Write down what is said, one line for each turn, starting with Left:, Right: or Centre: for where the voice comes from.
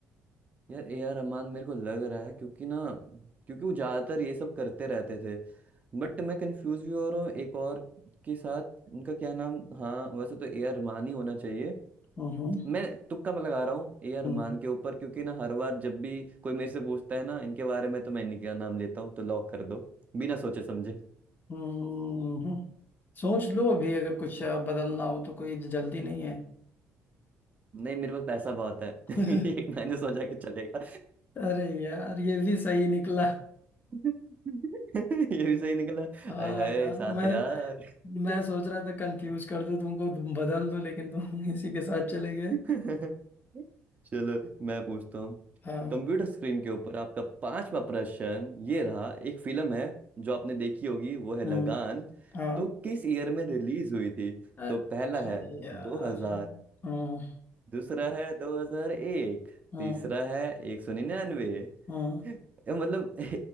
Right: यार ए आर रहमान मेरे को लग रहा है क्योंकि ना क्योंकि वो ज्यादातर ये सब करते रहते थे बट मैं कंफ्यूज भी हो रहा हूँ एक और के साथ उनका क्या नाम हाँ वैसे तो ए आर रहमान ही होना चाहिए
Left: हम्म हम्म
Right: मैं तुक्का लगा रहा हूँ ए आर रहमान
Left: हम्म
Right: के ऊपर क्योंकि ना हर बार जब भी कोई मेरे से पूछता है ना इनके बारे में तो मैं इन्हीं का नाम लेता हूँ तो लॉक कर दो बिना सोचे समझे
Left: हम्म। हम्म। सोच लो अभी अगर कुछ अ, बदलना हो तो कोई जल्दी नहीं है
Right: नहीं मेरे पास पैसा बहुत है <laughs>
Left: <laughs>
Right: एक मैंने सोचा कि चलेगा
Left: अरे यार ये भी सही निकला
Right: <laughs> ये भी सही निकला
Left: हाँ
Right: अरे हाय
Left: यार
Right: साथ
Left: मैं
Right: है यार <laughs>
Left: मैं सोच रहा था कंफ्यूज कर दूं तुमको तुम बदल दो लेकिन तुम <laughs> इसी के साथ चले गए
Right: <laughs> चलो मैं पूछता हूँ
Left: हाँ
Right: कंप्यूटर स्क्रीन के ऊपर आपका पांचवा प्रश्न ये रहा एक फिल्म है जो आपने देखी होगी वो है लगान
Left: हम्म हाँ
Right: तो किस ईयर में रिलीज हुई थी
Left: अरे
Right: तो पहला है
Left: यार
Right: 2000
Left: हम्म
Right: दूसरा है 2001
Left: हम्म
Right: तीसरा है 199
Left: हम्म
Right: ये मतलब <laughs>